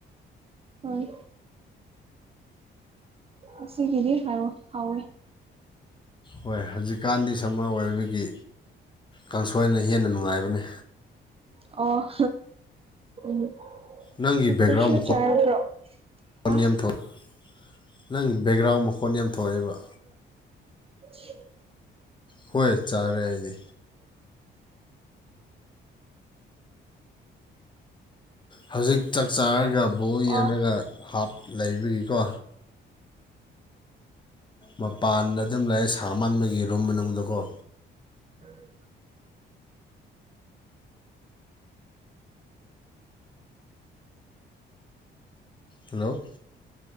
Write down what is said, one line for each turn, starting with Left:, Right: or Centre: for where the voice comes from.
Right: ꯍꯣꯏ ꯑꯁꯤꯒꯤꯗꯤ ꯍꯥꯎ ꯍꯥꯎꯋꯦ
Left: ꯍꯣꯏ ꯍꯧꯖꯤꯛꯀꯥꯟꯗꯤ ꯁꯝꯃꯔ ꯑꯣꯏꯕꯒꯤ ꯀꯥꯡꯁꯣꯏꯅ ꯍꯦꯟꯅ ꯅꯨꯡꯉꯥꯏꯕꯅꯤ
Right: ꯑꯣ ꯎꯝ
Left: ꯅꯪꯒꯤ
Right: ꯑꯩꯈꯣꯏꯁꯨ
Left: ꯕꯦꯛꯒ꯭ꯔꯥꯎꯟ
Right: ꯆꯥꯔꯕ꯭ꯔꯣ
Left: ꯃꯈꯣꯟ
Right: ꯍꯥ
Left: ꯌꯥꯝ ꯊꯣꯛꯑꯦ ꯅꯪ ꯕꯦꯛꯒ꯭ꯔꯥꯎꯟ ꯃꯈꯣꯟ ꯌꯥꯝ ꯊꯣꯛꯑꯦꯕ
Right: ꯆꯤ
Left: ꯍꯣꯏ ꯆꯥꯔꯦ ꯑꯩꯗꯤ ꯍꯧꯖꯤꯛ ꯆꯥꯛ ꯆꯥꯔꯒ ꯕꯣꯣꯔ
Right: ꯑꯣ
Left: ꯌꯦꯡꯉꯒ ꯍꯥꯞ ꯂꯩꯕꯒꯤꯀꯣ ꯃꯄꯥꯟꯗ ꯑꯗꯨꯝ ꯂꯩꯥꯛ ꯁꯍꯃꯟꯕꯒꯤ ꯔꯨꯝ ꯃꯅꯨꯡꯗꯀꯣ
Right: ꯎꯝ
Left: ꯍꯜꯂꯣ